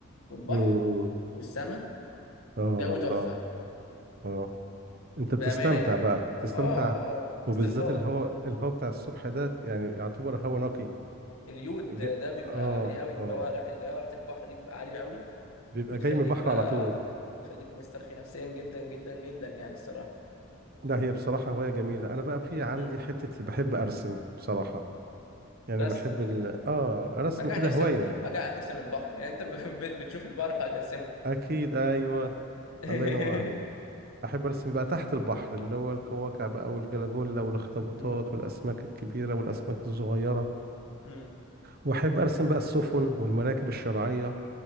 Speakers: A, on the left; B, on the right.
A: والبحر
B: مم.
A: والسماء
B: اه
A: جو
B: الله
A: تحفة
B: اه انت
A: بأمانة
B: بتستمتع
A: يعني
B: بقى بتستمتع
A: اه اه اه
B: وبالذات
A: استرخاء
B: الهواء الهواء بتاع الصبح ده يعني يعتبر هواء نقي
A: اليود
B: ج-
A: ده بيبقى
B: اه
A: عالي قوي اللي
B: اه
A: هو ريح- اللي هو ريحة البحر دي بتبقى عالية قوي
B: بيبقى
A: بتخليك
B: جاي من البحر
A: بقى
B: على طول
A: اه تخليك مسترخي نفسيا جدا جدا جدا يعني الصراحة
B: لا هي بصراحة هواية جميلة انا بقى في عندي
A: امم
B: حتة بحب ارسم بصراحة يعني
A: بس
B: بحب ال... اه رسم
A: ما كان
B: كده
A: هترسم
B: هواية
A: ما كان هترسم البحر يعني انت <laughs> ب- ب- بتشوف البحر فهترسمه
B: اكيد ايوه
A: <laughs>
B: الله ينور عليك احب ارسم بقى تحت البحر اللي هو القواقع بقى والجلاجولا والاخطبوطات
A: امم
B: والاسماك الكبيره والاسماك الصغيره
A: امم
B: واحب ارسم بقى السفن والمراكب الشراعيه